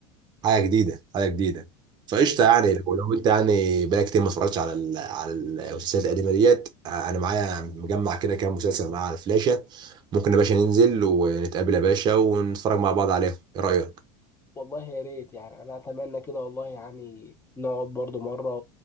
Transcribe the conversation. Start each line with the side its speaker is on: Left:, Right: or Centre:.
Right: حاجه جديده حاجه جديده فقشطه
Left: بالظبط
Right: يعني لو لو انت يعني بقالك كتير ما اتفرجتش على ال- على المسلسلات القديمه ديت آه، انا معايا مجمع كده كام مسلسل معايا على الفلاشه ممكن يا باشا ننزل ونتقابل يا باشا ونتفرج مع بعض عليهم ايه رايك
Left: والله يا ريت يعني انا اتمنى كده والله يعني نقعد برضو مره